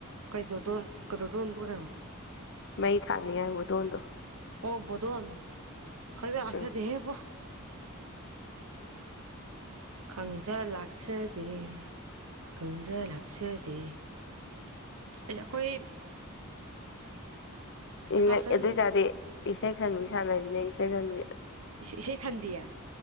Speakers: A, on the right; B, on the left.
A: ꯀꯩꯗꯣꯗꯣꯟ ꯀꯩꯗꯣꯗꯣꯟꯕꯨ <unintelligible>
B: ꯃꯩ ꯊꯥꯟꯅꯤ ꯉꯥꯏ ꯄꯨꯗꯣꯟꯗꯨ꯫
A: ꯑꯣ ꯄꯨꯗꯣꯟ ꯈꯪꯖ ꯂꯥꯛꯆꯗꯦꯍꯦ
B: ꯎꯝ
A: ꯏꯕꯣ꯫ ꯈꯪꯖ ꯂꯥꯛꯆꯗꯦ ꯈꯪꯖ ꯂꯥꯛꯆꯗꯦ꯫ ꯑꯩꯈꯣꯏ꯫
B: ꯑꯗꯨ
A: ꯀꯥꯁꯟ
B: ꯑꯣꯏꯇꯥꯔꯗꯤ ꯏꯁꯩ ꯈꯟꯕꯤ ꯁꯥꯟꯅꯁꯤꯅꯦ ꯏꯁꯩ ꯈꯟꯕꯤ꯫
A: ꯏꯁꯩ ꯈꯟꯕꯤꯌꯦ